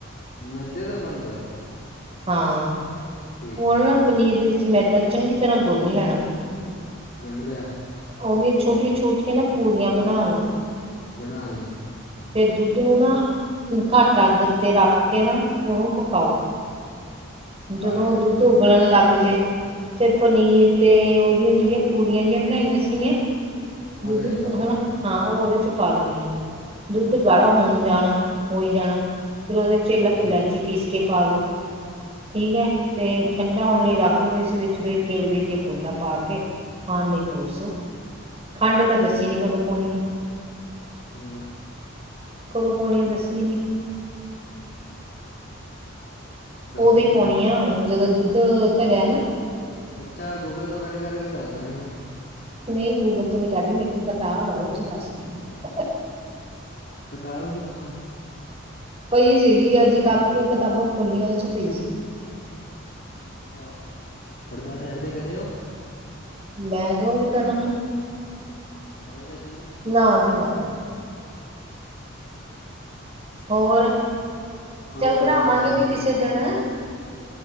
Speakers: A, on the left (about 50°); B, on the right (about 25°).
A: ਮੈਦੇ ਦਾ ਬਣਦਾ?
B: ਹਾਂ।
A: ਠੀਕ
B: ਉਹ
A: ਹੈ
B: ਨਾ ਪਨੀਰ ਦੇ ਵਿੱਚ ਮੈਦਾ ਚੰਗੀ ਤਰ੍ਹਾਂ ਗੁੰਨ ਲੈਣਾ।
A: ਗੁੱਣ ਲਿਆ।
B: ਉਹਦੀਆਂ ਛੋਟੀਆਂ-ਛੋਟੀਆਂ ਨਾ ਪੂਰੀਆਂ ਬਣਾ ਲੋ
A: ਬਣਾ ਲਈਆਂ।
B: ਫਿਰ ਦੁੱਧ ਨੂੰ ਨਾ ਘੱਟ ਅੱਗ ਤੇ ਰੱਖ ਕੇ ਨਾ ਉਹਨੂੰ ਪਕਾਓ।
A: ਪਕਾ
B: ਜਦੋਂ
A: ਲਿਆ
B: ਦੁੱਧ ਉਬਲਣ ਲੱਗ ਜੇ ਫੇਰ ਪਨੀਰ ਤੇ ਉਹਦੀਆਂ ਜਿਹੜੀਆਂ ਪੂੜੀਆਂ ਜਿਆਂ ਬਣਾਈਆਂ ਸੀਗੀਆਂ
A: ਉਹਦੇ
B: ਦੁੱਧ
A: ਚ ਪਾ ਦੋ
B: ਹੈਨਾ ਹਾਂ ਉਹ ਉਹਦੇ ਚ ਪਾ ਦੇਣੀ ਆ, ‌ ਦੁੱਧ ਗਾੜਾ ਹੋਣ ਜਾਣਾ ਹੋਈ ਜਾਣਾ ਫਿਰ ਉਹਦੇ ਚ
A: ਕਰਤਾ
B: ਇਲਾ ਇਲਾਇਚੀ ਪੀਸ ਕੇ ਪਾ ਦਿਉ ਠੀਕ ਐ ਤੇ ਠੰਡਾ ਹੋਣ ਲਈ ਰੱਖ ਲੋਓ। ਇਸ ਵਿੱਚ ਫੇਰ ਕੇੜਵੇ ਦੀਆਂ ਬੂੰਦਾ ਪਾ ਕੇ ਖਾਣ ਲਈ ਪਰੋਸੋ। ਖੰਡ ਤਾਂ ਦੱਸੀ ਨੀ, ਕਦੋਂ ਪਾਉਣੀ ਹੈ
A: ਹੂ
B: ਕਦੋਂ ਪਾਉਣੀ ਐ, ਦੱਸੀ ਨੀ
A: ਦੱਸੋ
B: ਉਹ ਵੀ ਪਾਉਣੀ
A: ਫਿਰ
B: ਆ, ਜਦੋਂ ਦੁੱਧ ਧਰਿਆ ਨਾ
A: ਅੱਛਾ ਗੂਗਲ ਤੋਂ ਕੱਡ- ਕਡ ਕਡ ਕੇ ਦੱਸ ਰਹੇ ਹੈ
B: ਨਹੀਂ ਗੂਗਲ ਤੋਂ ਨੀ ਕਡ ਰਹੀ, ਮੇਰੇ ਕੋਲ ਕਿਤਾਬ ਆ ਉਹ ਚ ਦੱਸ ਰਹੀ ਆ
A: ਕਿਤਾਬ ਕਿੱਥੋਂ
B: ਪਈ ਸੀਗੀ, ਅੱਜ ਕਾਪੀਆਂ ਕਿਤਾਬਾਂ ਫੋਲੀਆਂ, ਉਹਦੇ ਚ ਪਈ ਸੀ
A: ਅੱਛਾ, ਪੜਦਾ ਸਾਈਡ ਤੇ ਕਰਿਯੋ
B: ਮੈਂ ਕਿੳ ਏਝ ਕਰਾਂ ਹੁਣ
A: ਕਰੋ ਤੇ ਸਹੀ
B: ਨਾ ਜੀ ਨਾ ਹੋਰ,
A: ਹੋਰ
B: ਚੱਲ ਬਣਾਵਾਂਗੇ
A: ਬਸ
B: ਵੀ ਕਿਸੇ ਦਿਨ